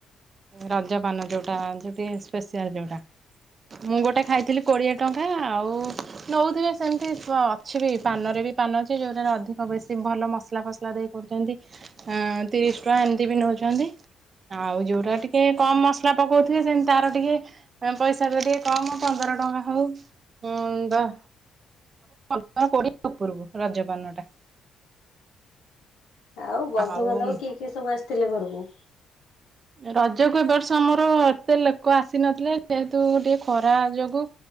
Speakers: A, on the right; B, on the left.
A: ରଜପାନ ଯୋଉଟା, ଯେଉଠି ସ୍ପେସିଆଲ୍ ଯୋଉଟା। ମୁଁ ଗୋଟେ ଖାଇଥିଲି କୋଡିଏ ଟଙ୍କା। ଆଉ ନଉଥିବେ ସେମିତିକି ଅଛିବି, ପାନରେ ବି ପାନ ଅଛି, ଯୋଉଥିରେ ଅଧିକ ବେଶୀ ଭଲ ମସଲା ଫସ ଲା ଦେଇ କରୁଛନ୍ତି ଆଁ ତିରିଶ ଟଙ୍କା ଏମିତି ବି ନଉଛନ୍ତି ଆଉ ଯୋଉରା ଟିକେ କମ ମସଲା ପକଉଥିବେ, ସେମିତି ତାର ଟିକେ ପଇସା ଟା ଟିକେ କମ ପନ୍ଦର ଟଙ୍କା ହଉ ହଁ <unintelligible> ଉପରକୁ ରଜପାନ ଟା।
B: ଆଉ ବନ୍ଧୁବାନ୍ଧବ
A: ଆଉ
B: କିଏ କିଏ ସବୁ ଆସିଥିଲେ ଘରକୁ?
A: ରଜକୁ ଏ ବର୍ଷ ଆମର ଏତେ ଲୋକ ଆସିନଥିଲେ ଯେହେତୁ ଟିକେ ଖରା ଯୋଗୁ